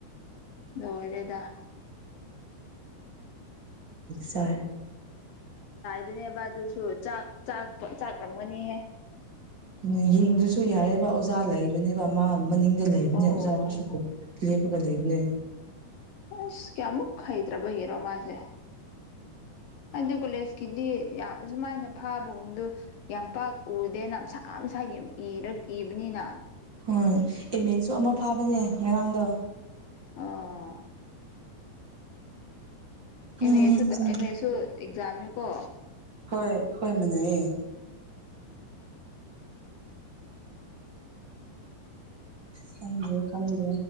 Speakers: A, on the left (about 70°); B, on the right (about 30°).
A: ꯂꯣꯏ ꯔꯦꯗꯥ
B: ꯁꯔ
A: ꯑꯗꯨꯅꯦꯕ ꯑꯗꯨꯁꯨ ꯆꯥꯛ ꯆꯥꯛ ꯆꯥꯛꯂꯝꯒꯅꯤꯍꯦ
B: ꯑꯗꯨ ꯌꯦꯡꯗ꯭ꯔꯁꯨ ꯌꯥꯔꯦꯕ ꯑꯣꯖꯥ ꯂꯩꯕꯅꯦꯕ ꯑꯃ ꯃꯅꯤꯡꯗ ꯂꯩꯕꯅꯦ
A: ꯑꯣ
B: ꯑꯣꯖꯥꯗꯨꯁꯨ ꯂꯦꯞꯄꯒ ꯂꯩꯕꯅꯦ
A: ꯑꯁ ꯀꯌꯥꯃꯨꯛ ꯍꯩꯗꯇꯔꯥꯕꯔꯣ ꯃꯥꯁꯦ
B: <unintelligible>
A: ꯑꯗꯨ ꯀꯣꯂꯦꯖꯀꯤꯗꯤ ꯑꯁꯨꯃꯥꯏꯅ ꯐꯥꯕꯒꯨꯝꯗ ꯌꯥꯝ ꯄꯥꯛ ꯎꯗꯦꯅꯁꯥ ꯁꯥ ꯏꯔ ꯏꯕꯅꯤꯅ
B: ꯍ ꯑꯦꯝ ꯑꯦꯁꯨ ꯑꯃ ꯐꯥꯕꯅꯦ ꯉꯔꯥꯡꯗ
A: ꯑ
B: ꯎꯝ
A: ꯑꯥꯃꯦꯁꯨ
B: ꯈꯪꯗꯦ
A: ꯑꯃꯦꯁꯨ ꯑꯦꯛꯖꯝ ꯀꯣ
B: ꯍꯣꯏ ꯍꯣꯏ ꯃꯅꯩꯌꯦ ꯈꯪꯗꯦ ꯈꯪꯗꯦ